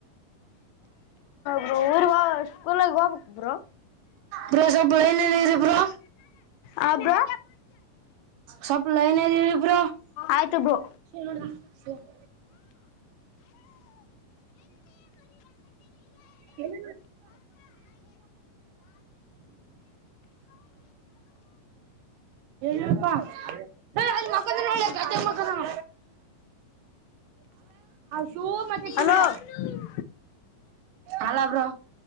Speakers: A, on the left; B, on the right.
A: ಬ್ರೋ ಊರಿಗ ಸ್ಕೂಲೀಗ ಹೋಗ್ಬೇಕ್ ಬ್ರೋ
B: ಬ್ರೋ ಸ್ವಲ್ಪ ಏನೇಳೀರಿ ಬ್ರೋ
A: ಆ ಬ್ರೋ
B: ಸಪ್ ಲೈನಲಿರಿ ಬ್ರೋ
A: ಆಯ್ತು
B: <unintelligible>
A: ಬ್ರೋ.
B: <unintelligible> ಏನ್ ಹೇಳ್ಪ ಎ ಅಲ್ಲೇ ಮಕ್ಕೊಂಡಾನ ನೋಡ್ಲೆ ಗದ್ಯಾಗ ಮಕ್ಕಂಡಾನ ಶಿವು ಮತ್ತೆ ಶಿವ್ಯ,
A: ಹಲೋ
B: ಹಲೋ ಬ್ರೋ.